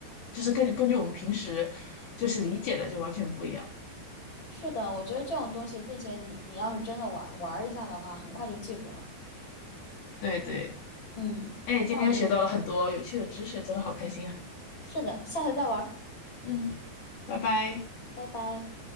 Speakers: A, on the left (about 80°); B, on the left (about 25°).
A: 就是根据根据我们平时就是理解的就完全不一样。
B: 是的，我觉得这种东西，并且你你要是真的玩玩儿一下的话，很快就记住了。
A: 对对，
B: 嗯，
A: 哎，今天又学到了很多有趣的知识，
B: 那我们
A: 真的好开心啊！
B: 是的，下次再玩儿
A: 嗯，拜拜。
B: 拜拜。